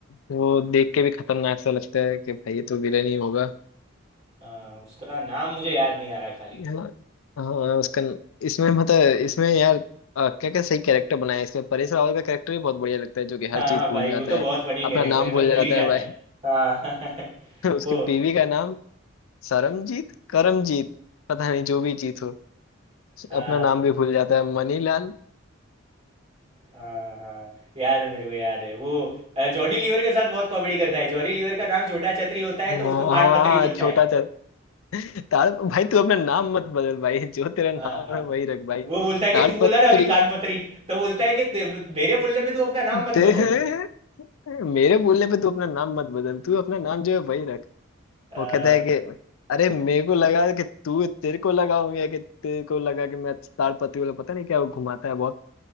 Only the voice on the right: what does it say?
हाँ, उसका नाम मुझे याद नहीं आ रहा खाली
हाँ
हाँ
भाई
वो तो
बहुत फनी
कैरेक्टर
है
सब भूल
ही जाता
है हाँ
<laughs>
वो
हाँ
हाँ हाँ याद है मेरे को याद है वो अ, जॉनी लीवर के साथ बहुत कॉमेडी करता है जॉनी लीवर का नाम छोटा छतरी होता है
तो उसको कान
पतरी
बोलता
है
हाँ हाँ
वो बोलता है कि
तू बोला ना अभी कान पतरी तो बोलता है कि ते- मेरे बोलने पे तू अपना नाम मत
बदल
हाँ